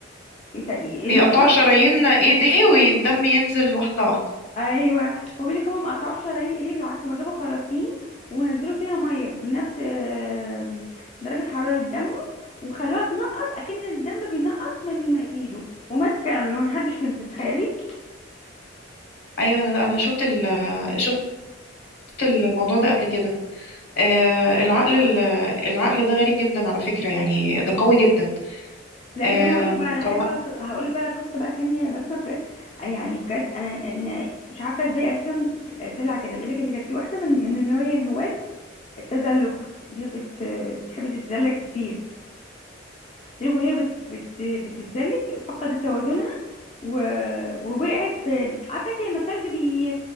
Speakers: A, on the left; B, on the left.
A: يس...
B: يقطعوا شرايين ايديه والدم ينزل واحده واحده
A: ايوه هو بيقول لك هما ما قطعوش شرايين ايديه بالعكس ما جابوا خراطيم ونزلوا فيها ميه بنفس آم، درجه حراره دمه وخلوها تنقط اكن الدم بينقط من ايده ومات فعلا ومحدش لمسه تخيلي
B: ايوه انا انا شفت ال شفت الموضوع ده قبل كده آه العقل ال- العقل ده غريب جدا على فكره يعني ده قوي جدا
A: لا
B: آه
A: طب انا هقول لك بقى على
B: طب
A: حاجه
B: أنا-
A: بقى هقول لك بقى على قصه بقى تانية بسمه بجد يعني بجد انا انا مش عارفه ازاي اساسا طلع كده بيقول لك ان كانت في واحده من من اللي هي هواة التزلج اللي هي بت بتحب تتزلج كتير تلك وهي بت بت بتتزلج فقدت توازنها و... ووقعت في عارفه انت لما التلج بي...